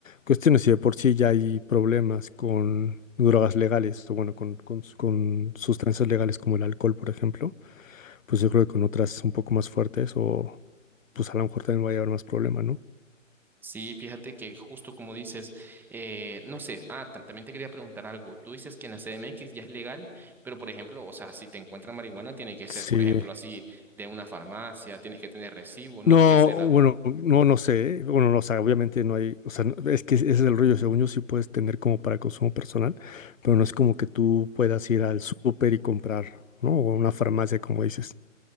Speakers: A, on the left; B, in the centre.
A: cuestiones. Si de por sí ya hay problemas con drogas legales, o bueno, con, con, con sustancias legales como el alcohol, por ejemplo, pues yo creo que con otras un poco más fuertes o pues a lo mejor también vaya a haber más problema, ¿no?
B: Sí, fíjate que justo como dices, eh, no sé, ah, tam- también te quería preguntar algo. Tú dices que en la CDMX ya es legal, pero por ejemplo, o sea, si te encuentran marihuana, tiene que
A: Sí,
B: ser, por ejemplo, así de una farmacia, tienes que tener recibo, no
A: No,
B: es que sea la,
A: bueno, no, no sé, ¿eh? bueno, no, o sea, obviamente no hay, o sea, no- es que ese es el rollo, según yo sí puedes tener como para consumo personal, pero no es como que tú puedas ir al súper y comprar, ¿no? O a una farmacia, como dices.